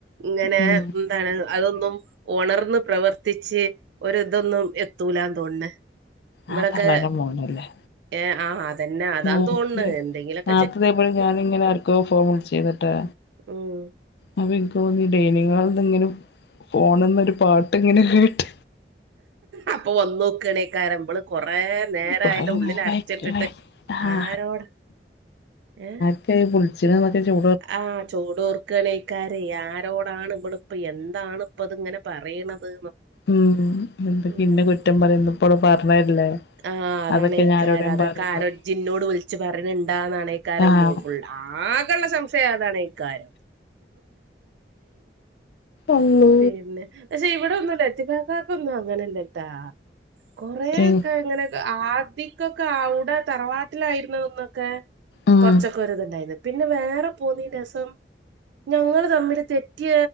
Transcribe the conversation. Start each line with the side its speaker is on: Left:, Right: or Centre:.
Right: ഇങ്ങനെ
Left: ഉം
Right: ഉ <unintelligible> അതൊന്നും ഉണർന്ന് പ്രവർത്തിച്ച് ഒരിതൊന്നും എത്തൂല തോന്നെ ഇവിടൊക്കെ
Left: ആ തള്ളേന്റെ മോനല്ലേ
Right: ഏ ആഹ് അതന്നെ അതാന്ന്
Left: നോക്ക്
Right: തോന്നുന്നത് എന്തെങ്കിലൊക്ക
Left: <unintelligible> ഞാനിങ്ങനെ ഏട്ക്കോ ഫോൺ വിൾ ചീനിട്ടാ
Right: ഉം
Left: അപ്പ എനിക്ക് തോന്നി ഡൈനിങ് ഹാൾന്ന് ങ്ങനെ ഫോണന്നൊരു പാട്ട് ഇങ്ങനെ കേട്ട്
Right: അപ്പൊ വന്ന് നോക്കണേക്കാരം ഓള് കൊറെ നേരെ
Left: കൊറേ
Right: അതിൻറെ ഉള്ളിൽ
Left: നേരായിക്ക്ണ്
Right: അരച്ചിട്ടിട്ട്
Left: ആഹ്
Right: ആരോട ഏ
Left: <unintelligible> ളിച്ചിന്നൊെ ചൂ
Right: ആഹ ചൂട ഓർക്ക ഗണേക്കാരെ ആരോടാണ് ഇവിളപ്പ എന്താണ് പ്പത്ങ്ങനെ പറയണത്
Left: ഉം എന്തൊക്ക
Right: ഉം
Left: ഇന്നെ കുറ്റം പറയൽ ണ്ട്പ്പോളും പറഞ്ഞതല്ലേ
Right: ആഹ് അതാണേക്കാരം
Left: അതൊക്കെ ഞാനോടെയും
Right: അതൊക്കെ
Left: പറയും
Right: ആരാ ഇജ്ജ് ഇനോട് വിളിച്ച് പറയ്ണ്ടാന്നാണേക്കാരം
Left: ആഹ്
Right: മു മുള്ള ആകുള്ള സംശയം അതാണ് ഇ കാര്ം
Left: അള്ളോ
Right: പിന്നെ പക്ഷെ ഇവിടെ ഒന്നുംലത്തി ഫ്ക്കാക്ക കൊന്നും അങ്ങനല്ലേട്ടാ കൊറ
Left: ഏഹ്
Right: ഒക്കെ എങ്ങനെ ആദ്യിക്കൊക്കെ അവിടെ തറവാട്ടിലായിരുന്ന ഒന്നൊക്കെ
Left: ഉം
Right: കൊറച്ചൊക്കെ ഒ ഇതുണ്ടായിന്ന് പിന്നെ വേറെ പോന്നീ രസം ഞങ്ങള്ൾ തമ്മില് തെറ്റി